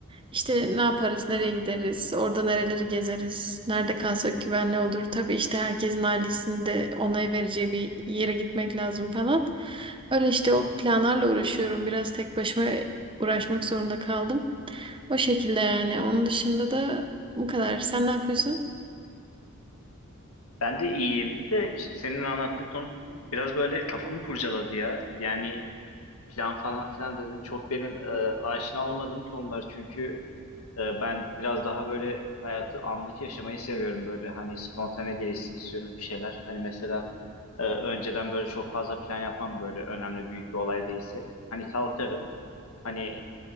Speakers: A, on the right; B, on the left.
A: İşte ne yaparız, nereye gideriz, orada nereleri gezeriz, nerede kalsak güvenli olur. Tabii işte herkesin ailesinin de onay vereceği bir yere gitmek lazım falan. Öyle işte o planlarla uğraşıyorum. Biraz tek başıma uğraşmak zorunda kaldım. O şekilde yani. Onun dışında da bu kadar. Sen ne yapıyorsun?
B: Ben de iyiyim de işte senin anlattığın konu biraz böyle kafamı kurcaladı ya. Yani plan falan filan dedim çok benim e, aşina olmadığım konular çünkü e, ben biraz daha böyle hayatı anlık yaşamayı seviyorum böyle hani spontane gelişsin istiyorum bir şeyler. Hani mesela e, önceden böyle çok fazla plan yapmam böyle önemli büyük bir olay değilse. Hani kalkarım hani